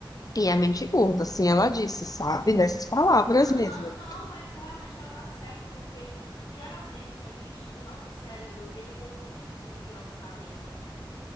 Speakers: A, on the left; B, on the left.
A: e é mente curta, assim ela disse, sabe? Nessas palavras
B: Aham,
A: mesmo.
B: não, mas realmente ela tá certa, porque geralmente a gente, o nosso cérebro, ele confunde muito a nossa cabeça.